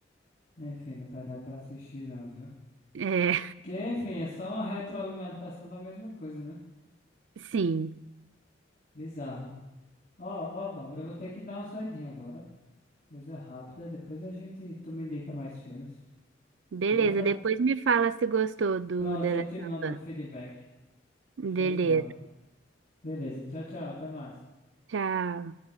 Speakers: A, on the left; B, on the right.
A: Enfim, não vai dar pra assistir, não, viu?
B: É,
A: Que, enfim, é só uma retroalimentação da mesma coisa, né?
B: sim.
A: Bizarro. Ó, ó, Bárbara, eu vou ter que dar uma saidinha agora. Coisa rápida, depois a gente, tu me indica mais filmes.
B: Beleza,
A: Me manda.
B: depois me fala se gostou do
A: Pronto,
B: The
A: eu
B: Last
A: te mando
B: of
A: um feedback.
B: Us.
A: Show
B: Beleza.
A: de bola. Beleza, tchau, tchau, até mais.
B: Tchau.